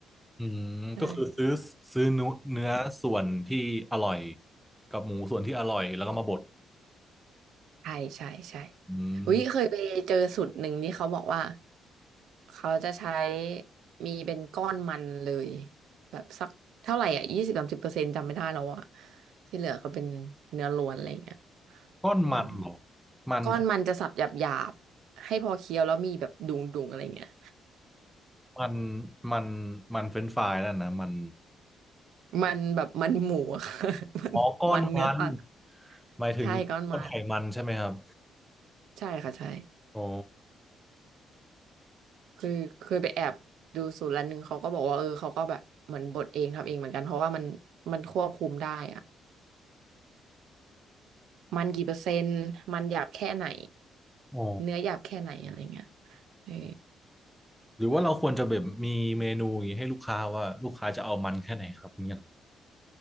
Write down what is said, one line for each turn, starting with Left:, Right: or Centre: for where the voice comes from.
Centre: อืมก็คือซื้อซื้อเนื้อเนื้อส่วนที่อร่อย
Right: <laughs> ใช่
Centre: กับหมูส่วนที่อร่อยแล้วก็มาบด
Right: ใช่ใช่ใช่
Centre: อืม
Right: อุ๊ยเคยไปเจอสูตรหนึ่งที่เขาบอกว่าเขาจะใช้มีเป็นก้อนมันเลยแบบสักเท่าไหร่อ่ะยี่สิบสามสิบเปอร์เซ็นต์จำไม่ได้แล้วอ่ะที่เหลือก็เป็นเนื้อล้วนอะไรอย่างเงี้ย
Centre: ก้อนมันเหรอ
Right: อืม
Centre: มัน
Right: ก้อนมันจะสับหยาบๆให้พอเคี้ยวแล้วมีแบบดุงๆอะไรอย่างเงี้ย
Centre: มันมันมันเฟรนช์ฟรายนั่นนะมัน
Right: มันแบบมันหมูอะ <laughs> มันมันเนื้อสัตว์
Centre: อ๋อก้อนมันหมายถึงก้อนไขมันใช่ไหมครับ
Right: ใช่ก้อนมันใช่ค่ะใช่
Centre: อ๋อ
Right: คือเคยไปแอบดูสูตรร้านหนึ่งเขาก็บอกว่าเออเขาก็แบบเหมือนบดเองทำเองเหมือนกันเพราะว่ามันมันควบคุมได้อะมันกี่เปอร์เซ็นต์มันหยาบแค่ไหน
Centre: อ๋อ
Right: เนื้อหยาบแค่ไหนอะไรเงี้ยเออ
Centre: หรือว่าเราควรจะแบบมีเมนูอย่างนี้ให้ลูกค้าว่าลูกค้าจะเอามันแค่ไหนครับเนี่ย